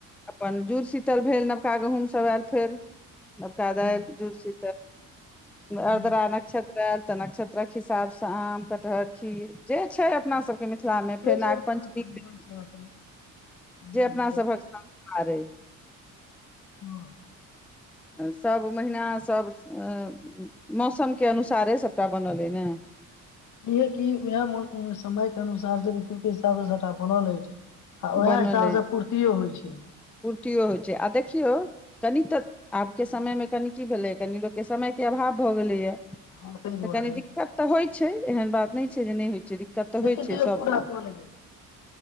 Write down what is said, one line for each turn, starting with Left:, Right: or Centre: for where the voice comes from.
Centre: अपन जुड़ शीतल भेल नबका गहूँम सब आयल फेर नबका दालि
Left: हँ
Centre: जुड़शी
Left: हँ
Centre: अर्द्रा नक्षत् तऽ नक्षत्रक हिसाब से आम कटहर खीर जे छै अपना सबके मिथिलामे
Left: से
Centre: फेर नाग
Left: छै अपना
Centre: पञ्चमी
Left: सब
Centre: के
Left: दिसन
Centre: लेल
Left: सएह सब धीरे
Centre: जे अपना
Left: धीरे
Centre: सभक आरइ <unintelligible>
Left: हँ
Centre: <inaudible> सब महिना सब अ मौसम के अनुसारे सभटा बनल अइ ने
Left: इहे कि उएहौ समयके अनुसार से ऋतु के हिसाब सँ सभटा बनल अछि आ उएह
Centre: बनल
Left: हिसाबसँ
Centre: अए
Left: पूर्तियो होइ छै
Centre: कुर्तीयो होइ छै आ देखियौ कनि तऽ आबके समयमे कनि की भेलैए कनि लोक के समय के अभाव भऽ गेलैए
Left: हँ ताहि दुआरे
Centre: तऽ कनी दिक्कत तऽ होइत छै एहन बात नय छै जे नय होइ छै दिक्कत तऽ
Left: लेकिन
Centre: होइ
Left: तैयो
Centre: छै सबके
Left: पूरा कऽ लेबै